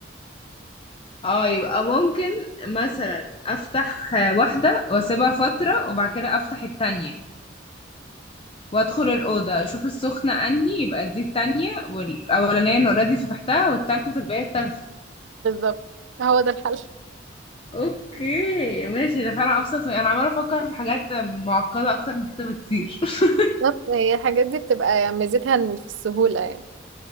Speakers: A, on the left; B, on the right.
A: اه يبقى ممكن مثلا افتح واحدة واسيبها فترة وبعد كده افتح التانية وادخل الأوضة اشوف السخنة انهي يبقى دي التانية والاولانية انا اوريدي فتحتها والتالتة تبقى هي التالتة
B: بالظبط هو ده الحل
A: اوكي ماشي ده فعلا ابسط من- انا عمالة افكر في حاجات معقدة اكتر من كده بكتير <laughs>
B: بالظبط هي الحاجات دي بتبقى ميزتها إن في السهولة يعني